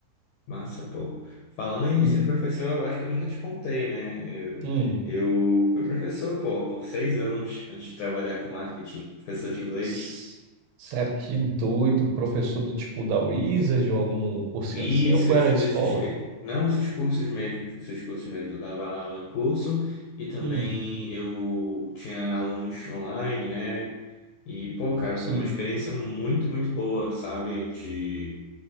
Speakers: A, on the left; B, on the right.
A: Massa, pô. Falando em
B: E,
A: ser professor, eu acho que eu nunca te contei, né? Eu,
B: hum,
A: eu fui professor, pô, por seis anos antes de trabalhar com marketing, professor de inglês.
B: s- sério, que doido, professor do tipo da Wizard ou algum cursinho
A: Isso,
B: assim, ou foi
A: isso
B: era de
A: desses,
B: escola?
A: eh, não esses cursos mesmo, esses cursos mesmo. Eu dava aula em curso e também
B: Hum,
A: eu tinha alunos online, né? E, pô, cara,
B: sim.
A: foi uma experiência muito, muito boa, sabe? De,